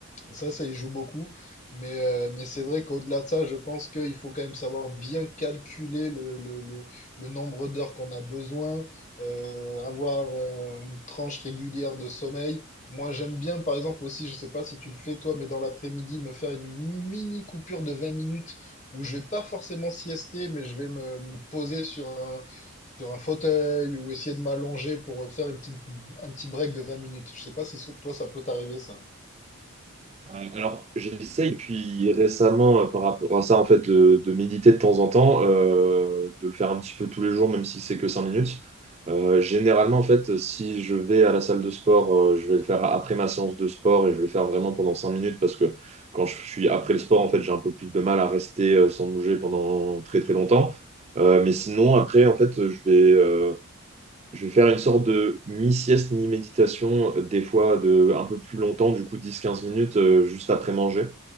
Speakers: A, on the left; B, on the right.
A: Ça, ça y joue beaucoup. Mais, euh, mais c'est vrai qu'au-delà de ça, je pense qu'il faut quand même savoir bien calculer le, le, le- le nombre d'heures qu'on a besoin, euh, avoir euh, une tranche régulière de sommeil. Moi, j'aime bien, par exemple, aussi, je ne sais pas si tu le fais toi, mais dans l'après-midi, me faire une mini coupure de 20 minutes où je vais pas forcément siester, mais je vais me, me poser sur un, sur un fauteuil ou essayer de m'allonger pour faire une petite, un petit break de 20 minutes. Je ne sais pas si so- toi, ça peut t'arriver, ça.
B: Euh, Alors, j'essaye depuis récemment euh, par rapport à ça, en fait, de, de méditer de temps en temps, euh, de le faire un petit peu tous les jours, même si c'est que 5 minutes. Euh, généralement, en fait, si je vais à la salle de sport, euh, je vais le faire après ma séance de sport et je vais le faire vraiment pendant 5 minutes parce que quand je suis après le sport, en fait, j'ai un peu plus de mal à rester euh, sans bouger pendant très très longtemps. Euh, mais sinon, après, en fait, je vais, euh, je vais faire une sorte de mi-sieste, mi-méditation, euh, des fois de un peu plus longtemps, du coup dix quinze minutes euh, juste après manger.